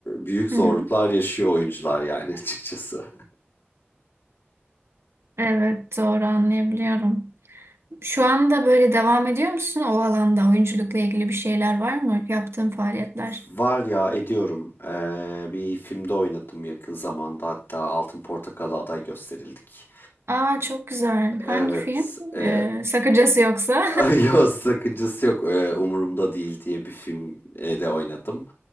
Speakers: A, on the left; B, on the right.
A: büyük zorluklar
B: Hı hı.
A: yaşıyor oyuncular yani <laughs> açıkçası.
B: Evet doğru anlayabiliyorum. Şu anda böyle devam ediyor musun o alanda? Oyunculukla ilgili bir şeyler var mı? Yaptığın faaliyetler.
A: Var ya ediyorum. Ee, bir filmde oynadım yakın zamanda hatta Altın Portakal'a aday gösterildik.
B: Aa çok güzel. Hangi
A: Evet,
B: film?
A: e,
B: Ee, sakıncası yoksa.
A: Ay, Yok sakıncası yok Ee, umurumda değil diye bir filmde oynadım